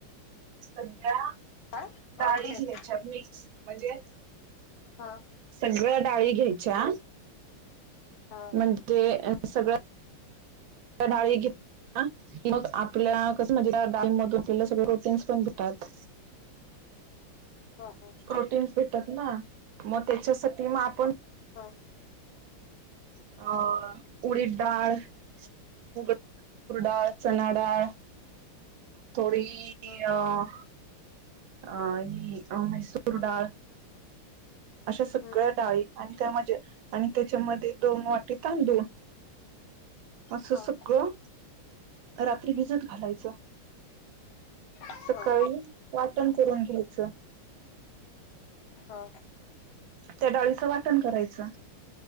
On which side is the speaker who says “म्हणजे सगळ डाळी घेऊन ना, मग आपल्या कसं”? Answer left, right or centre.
Right